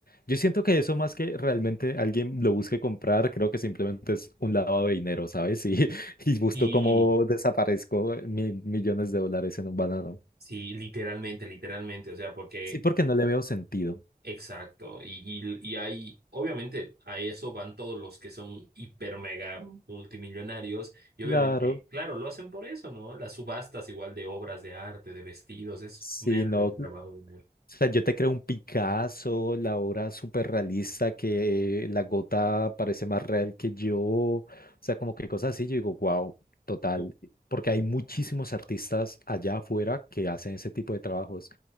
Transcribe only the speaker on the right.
Y
sí, literalmente, literalmente, o sea, porque,
exacto, y, y, y hay, obviamente, a eso van todos los que son hiper mega multimillonarios, y obviamente,
claro, lo hacen por eso, ¿no? Las subastas igual de obras de arte, de vestidos, es
meramente
lavado de dinero.
Oh.